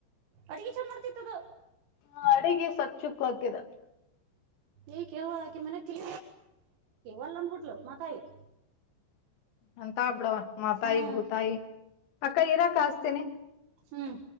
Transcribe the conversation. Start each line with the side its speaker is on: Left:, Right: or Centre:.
Right: ಅಡ್ಗಿ ಚಂದ ಮಾಡ್ತಿತ್ತದ
Left: ಹ ಅಡಗೆ ಸ ಚುಕ್ ಆಗ್ತಿದೆ.
Right: ಈ ಕೆಕಿ ಮಟ್ರಿ ಒಲ್ ಅಂದ್ಬಟ್ಲು ಮಾತಾಯತ.
Left: ಅಂತ ಆಬ್ಬಿಡವ ಮಾತಾಯಿ
Right: ಹ್ಮ್
Left: ಭೂತಾಯಿ ಅಕ್ಕ ಇರಾಕ್ ಹಸ್ತೀನಿ.
Right: ಹ್ಮ್.